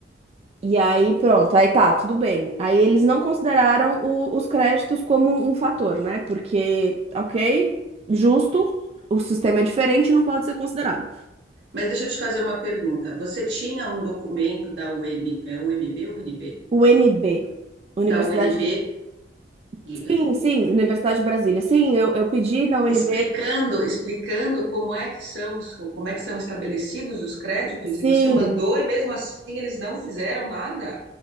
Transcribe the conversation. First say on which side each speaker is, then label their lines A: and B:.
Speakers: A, on the right; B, on the right.
A: E aí, pronto, aí tá, tudo bem. Aí eles não consideraram o- os créditos como um fator, né? Porque, ok, justo, o sistema é diferente, não pode ser considerado.
B: Mas deixa eu te fazer uma pergunta. Você tinha um documento da UM, é UMB ou UNB?
A: UNB, Universidade
B: Da UNB,
A: de...
B: diga,
A: Sim, sim, Universidade de Brasília. Sim, eu, eu pedi na UNB.
B: explicando, explicando como é que são os, como é que são estabelecidos os créditos
A: Sim.
B: e você mandou e mesmo assim eles não fizeram nada?